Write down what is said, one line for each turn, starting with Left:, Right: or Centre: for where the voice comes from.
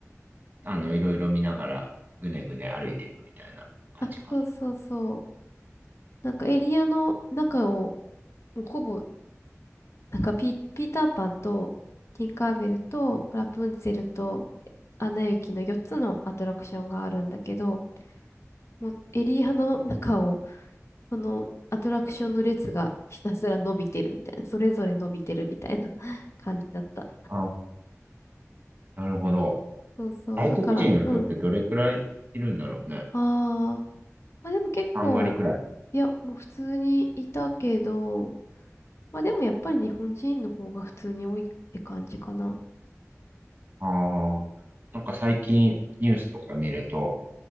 Right: あの、いろいろ見ながらぐねぐね歩いていくみたいな感じかな。
Left: あ、そうそうそう。なんかエリアの中を、もうほぼ、なんかピ、ピーターパンと、ティンカーベルと、ラプンツェルと、アナ雪の4つのアトラクションがあるんだけど、もうエリアの中を、そのアトラクションの列がひたすら伸びてるみたいな、それぞれ伸びてるみたいな <laughs> 感じだった。
Right: あ、なるほど。
Left: そうそう。
Right: 外国人の人ってどれくらいいるんだろうね。
Left: だから、うん。あー。まあでも結構、
Right: 3割くらい。
Left: いや、もう普通にいたけど、まあでもやっぱり日本人の方が普通に多いって感じかな。
Right: ああ、なんか最近ニュースとか見ると、